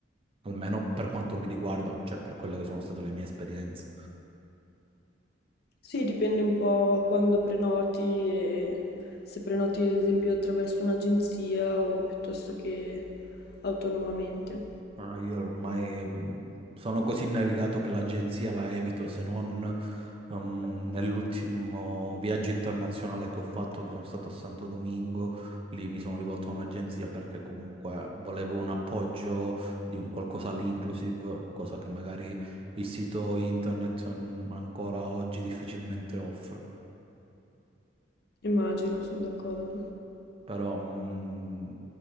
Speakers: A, on the right (about 30°); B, on the left (about 55°).
A: almeno per quanto mi riguarda, cioè per quelle che sono state le mie esperienze.
B: Sì, dipende un po' quando prenoti e se prenoti ad esempio attraverso un'agenzia o piuttosto che autonomamente.
A: Ma io ormai mh, sono così navigato che l'agenzia la evito, se non ehm, nell'ultimo viaggio internazionale che ho fatto, che sono stato a Santo Domingo, lì mi sono rivolto a un'agenzia perché comunque volevo un appoggio di un qualcosa lì inclusive, cosa che magari il sito internet mm, ancora oggi difficilmente offre.
B: Immagino, sono d'accordo.
A: però mh,